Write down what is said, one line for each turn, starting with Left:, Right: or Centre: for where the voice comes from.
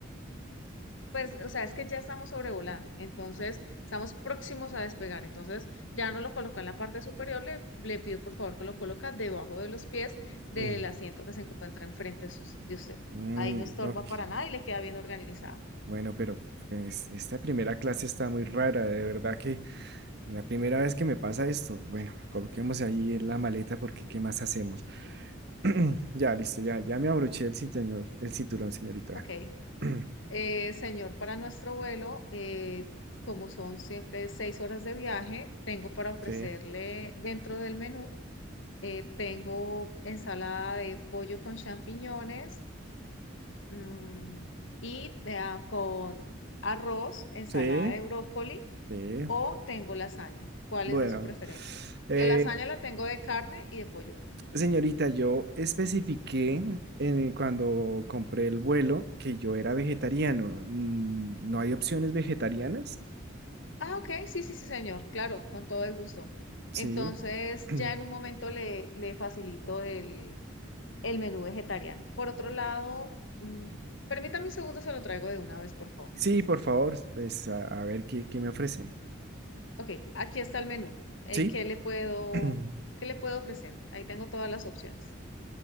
Left: Pues, o sea, es que ya estamos sobrevolando, entonces estamos próximos a despegar, entonces ya no lo colocó en la parte superior, le, le pido por favor que lo coloca debajo de los pies del
Right: Mm,
Left: asiento que se encuentra enfrente de sus- de usted.
Right: mm,
Left: Ahí no estorba
Right: ok,
Left: para nada y le queda bien organizado.
Right: bueno, pero pues esta primera clase está muy rara, de verdad que la primera vez que me pasa esto, bueno, coloquemos ahí en la maleta porque ¿qué más hacemos? <clears throat> Ya, listo, ya, ya me abroché el cinturón, el cinturón, señorita.
Left: Ok,
Right: <clears throat>
Left: Eh, señor, para nuestro vuelo, eh, como son siempre seis horas de viaje, tengo para ofrecerle
Right: Sí,
Left: dentro del menú, eh, tengo ensalada de pollo con champiñones Mm, y eh, con arroz, ensalada
Right: sí,
Left: de brócoli
Right: sí.
Left: o tengo lasaña. ¿Cuál
Right: Bueno,
Left: es de su preferencia?
Right: eh,
Left: La lasaña la tengo de carne y de pollo.
Right: señorita, yo especifiqué en- cuando compré el vuelo que yo era vegetariano. Mm, ¿No hay opciones vegetarianas?
Left: Ah, ok, sí, sí, sí, señor, claro, con todo el gusto.
Right: Sí.
Left: Entonces,
Right: <clears throat>
Left: ya en un momento le, le facilito el, el menú vegetariano. Por otro lado, mm, permítame un segundo, se lo traigo de una vez, por favor.
Right: Sí, por favor, pues a, a ver qué, qué me ofrecen.
Left: Ok, aquí está el menú. Eh,
Right: Sí.
Left: ¿qué le puedo,
Right: <clears throat>
Left: qué le puedo ofrecer? Ahí tengo todas las opciones.